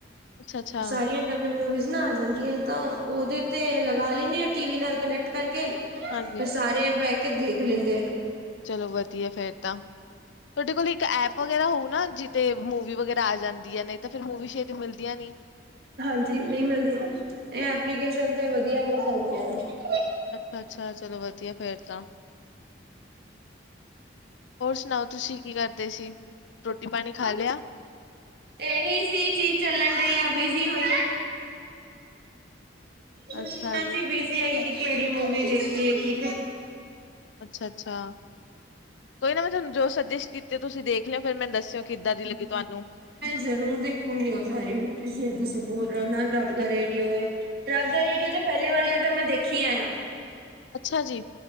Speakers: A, on the left; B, on the right.
A: ਅੱਛਾ-ਅੱਛਾ
B: ਸਾਰੀਆਂ ਮੂਵੀਜ਼ ਨਾ ਆ ਜਾਂਦੀਆਂ ਏ ਤਾਂ ਓਦੇ ਤੇ, ਲਗਾ ਲੈਂਨੀ ਆ ਟੀ ਵੀ ਨਾਲ ਕਨੈਕਟ ਕਰਕੇ।
A: ਹਾਂਜੀ
B: ਫੇਰ ਸਾਰੇ ਬੈਅ ਕੇ ਦੇਖ ਲੈਂਦੇ ਆ।
A: ਚਲੋ ਵਦੀਆ ਫੇਰ ਤਾਂ, ਤੋਡੇ ਕੋਲ ਇੱਕ ਐਪ ਵਗੈਰਾ ਹੋਊ ਨਾ ਜਿਤੇ ਮੂਵੀ ਵਗੈਰਾ ਆ ਜਾਂਦੀ ਆ ਨੇ ਨਈ ਤਾ ਫੇਰ ਮੂੰਵੀ ਸ਼ੇਤੀ ਮਿਲਦੀਆਂ ਨੀ।
B: ਹਾਂਜੀ, ਨਈ ਮੇਲਦੀਆਂ, ਐ ਐਪਲੀਕੇਸ਼ਨ ਤੇ ਮਿਲ ਜਾਂ <unintelligible>
A: ਅੱਛਾ, ਅੱਛਾ ਚਲੋ ਵਦੀਆ ਫੇਰ ਤਾਂ। ਹੋਰ ਸੁਨਾਓ ਤੁਸੀਂ ਕੀ ਕਰਦੇ ਸੀ? ਰੋਟੀ ਪਾਣੀ ਖਾ ਲੇਆ?
B: ਏ ਹੀ ਸੀ ਚੀਜ ਚੱਲਨ ਡਈ ਆਂ, ਬਿਜੀ ਹੋਈ ਹਾਂਜੀ,
A: ਅੱਛਾ
B: ਹਾਂਜੀ
A: ਜੀ
B: ਬੀਜੀ਼ ਹੈਗੀ ਕਿ ਕੇੜੀ ਮੂਵੀ ਦੇਖੀਏ ਕਿ
A: ਅੱਛਾ, ਅੱਛਾ ਕੋਈ ਨਾ ਮੈਂ ਥੋਨੂੰ ਜੋ ਸਜੈਸਟ ਆ ਕੀਤੀ ਤੁਸੀਂ ਦੇਖ ਲੇਓ ਫੇਰ ਮੈਨੂੰ ਦੱਸੇਓ ਕਿੱਦਾਂ ਦੀ ਲੱਗੀ ਤੁਆਨੂੰ।
B: ਜਰੂਰ ਦੇਖੋਗੀ ਓ ਸਾਰੀ ਮੂਵੀਜ਼, ਜੇੜੀ ਤੁਸੀਂ ਬੋਲ ਰੇ ਓ ਨਾ ਰੱਬ ਦਾ ਰੇੜੀਓ ਐ। ਰੱਬਦਾ ਰੇੜੀਓ ਤੇ ਪੈਲੇ ਵਾਲੀ ਆਂ ਤਾਂ ਮੈਂ ਦੇਖੀਆਂ ਯਾ।
A: ਅੱਛਾ ਜੀ।